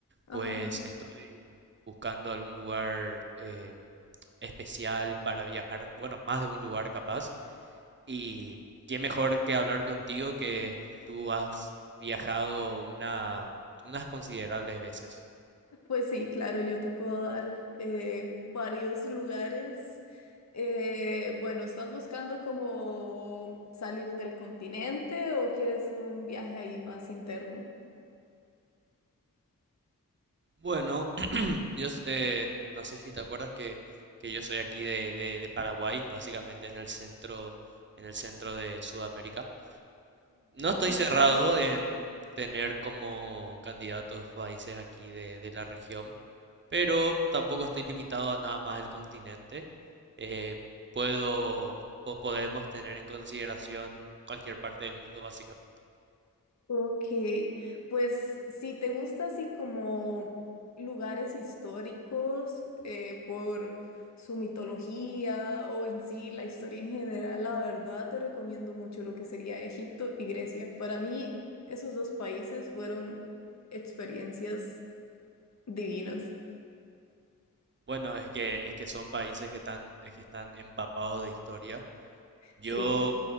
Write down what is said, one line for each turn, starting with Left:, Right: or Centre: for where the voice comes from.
Left: Ajá.
Right: Pues estoy buscando algún lugar eh, especial para viajar, bueno, más de un lugar capaz. Y qué mejor que hablar contigo que tú has viajado una, unas considerables veces.
Left: Pues sí, claro, yo te puedo dar eh, varios lugares. Eh, bueno, ¿estás buscando como salir del continente o quieres un viaje ahí más interno?
Right: Bueno, Yo, eh, no sé si te acuerdas que, que yo soy aquí de, de- de Paraguay, básicamente en el centro, en el centro de Sudamérica. No estoy Ujú. cerrado en tener como candidatos países aquí de, de la región, pero tampoco estoy limitado a nada más el continente. Eh, puedo, po- podemos tener en consideración cualquier parte del mundo, básicamente.
Left: Ok, pues si te gusta así como lugares históricos eh, por su mitología o en sí la historia en general, la verdad te recomiendo mucho lo que sería Egipto y Grecia. Para mí esos dos países fueron experiencias divinas.
Right: Bueno, es que, es que son países que están, es que están empapados de historia Yo,
Left: Sí,